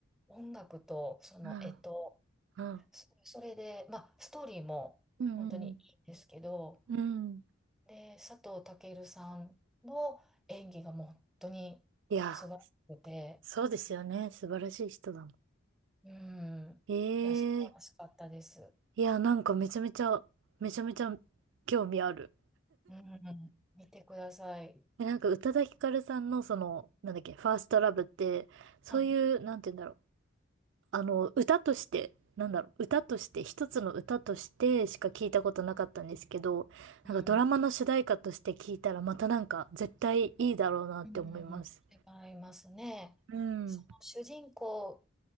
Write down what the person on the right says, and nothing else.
うん。
うん。
うんうんうん。うん。
いや。そうですよね。素晴らしい人だもん。
ええ
いや、なんかめちゃめちゃ、めちゃめちゃ興味ある。
えなんか宇多田ヒカルさんのその、なんだっけ、ファーストラブって、そういう、
なんて言うんだろう。あの、歌として、なんだろう、歌として、一つの歌としてしか聞いたことなかったんですけど、
なんかドラマの主題歌として聞いたらまたなんか絶対いいだろうなって思います。
うん。